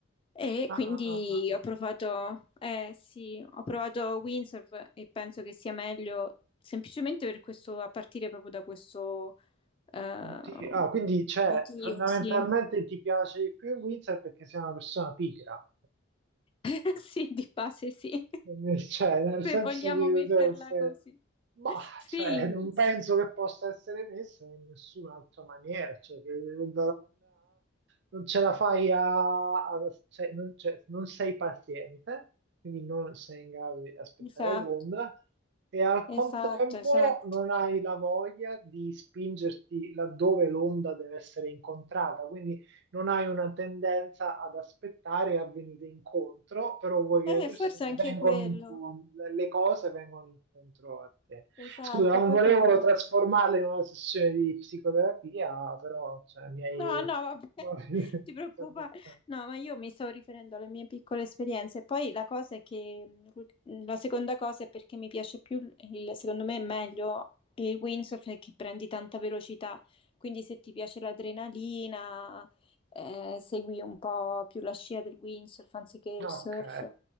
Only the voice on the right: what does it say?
Ah,
ah, ah, ah,
ah.
Motivi- ah, quindi cioè,
fondamentalmente
ti piace di più il Windsor perché sei una persona pigra.
Nel- Cioè, nel
senso
di...
cioè, se-
ma,
cioè, non
penso che possa essere messa in nessun'altra maniera. Cioè, che non, non ce la fai a... a- cioè, non, cioè, non sei paziente, quindi non sei in grado di aspettare
l'onda e al
contempo
non hai la voglia di spingerti laddove l'onda deve essere incontrata. Quindi non hai una tendenza ad aspettare e a venire incontro, però vuoi
che le persone
vengano
incontro, le cose vengano incontro a te.
Scusa, non
volevo
trasformarla in una sessione di psicoterapia, però cioè, mi hai...
<laughs>
Ok,
ok.